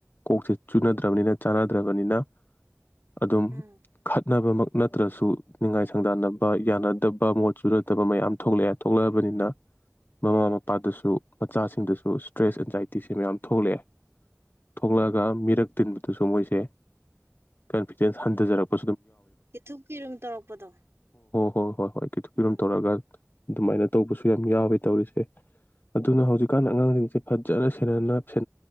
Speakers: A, on the left (about 40°); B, on the right (about 55°).
A: ꯀꯣꯛꯁꯦ ꯆꯨꯅꯗ꯭ꯔꯕꯅꯤꯅ ꯆꯥꯟꯅꯗ꯭ꯔꯕꯅꯤꯅ ꯑꯗꯨꯝ
B: ꯎꯝ
A: ꯈꯠꯅꯕꯃꯛ ꯅꯠꯇ꯭ꯔꯁꯨ ꯅꯤꯡꯉꯥꯏ ꯁꯪꯗꯥꯟꯅꯕ ꯌꯥꯅꯗꯕ ꯃꯣꯠ ꯆꯨꯅꯗꯕ ꯃꯌꯥꯝ ꯊꯣꯛꯂꯛꯑꯦ ꯊꯣꯛꯂꯛꯑꯕꯅꯤꯅ ꯃꯃꯥ ꯃꯄꯥꯗꯁꯨ ꯃꯆꯥꯁꯤꯡꯗꯁꯨ ꯁ꯭ꯇ꯭ꯔꯦꯁ ꯑꯦꯟꯖꯥꯏꯇꯤꯁꯦ ꯃꯌꯥꯝ ꯊꯣꯛꯂꯛꯑꯦ ꯊꯣꯛꯂꯛꯑꯒ ꯃꯤꯔꯛ ꯇꯤꯟꯕ ꯑꯗꯨꯁꯨ ꯃꯣꯏꯁꯦ ꯀꯟꯐꯤꯗꯦꯟꯁ ꯍꯟꯊꯖꯔꯛꯄ
B: ꯀꯤꯊꯨꯞꯀꯤꯔꯨꯝ ꯇꯧꯔꯛꯄꯗꯣ
A: ꯍꯣꯏ ꯍꯣꯏ ꯍꯣꯏ ꯈꯤꯇ ꯀꯈꯤꯇꯣꯝ
B: ꯎꯝ
A: ꯇꯧꯔꯒ ꯑꯗꯨꯃꯥꯏꯅ ꯇꯧꯕꯁꯨ ꯌꯥꯝ ꯌꯥꯎꯋꯤ ꯇꯧꯔꯤꯁꯦ ꯑꯗꯨꯅ ꯍꯧꯖꯤꯛꯀꯥꯟꯗ ꯑꯉꯥꯡꯁꯤꯡꯁꯦ ꯐꯖꯅ ꯁꯦ